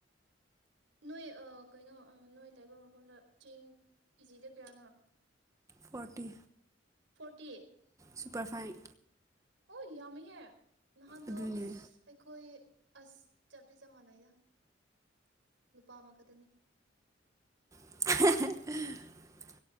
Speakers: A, on the right; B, on the right.
A: ꯅꯣꯏ ꯑ ꯀꯩꯅꯣ ꯅꯣꯏ ꯂꯥꯏꯕ ꯃꯐꯝꯗ ꯆꯦꯡ ꯀꯦꯖꯤꯗ ꯀꯌꯥꯅꯣ
B: ꯐꯣꯔꯇꯤ
A: ꯐꯣꯔꯇꯤ
B: ꯁꯨꯄꯔ ꯐꯥꯏꯟ
A: ꯑꯣꯢ ꯌꯥꯃꯤꯍꯦ ꯅꯍꯥꯟꯗꯣ
B: ꯑꯗꯨꯅꯦ
A: ꯑꯩꯈꯣꯏ ꯑꯁ ꯆꯞꯇꯤ ꯆꯞ ꯃꯥꯟꯅꯩꯗ ꯂꯨꯄꯥ ꯑꯃꯈꯇꯅꯤ
B: <inaudible>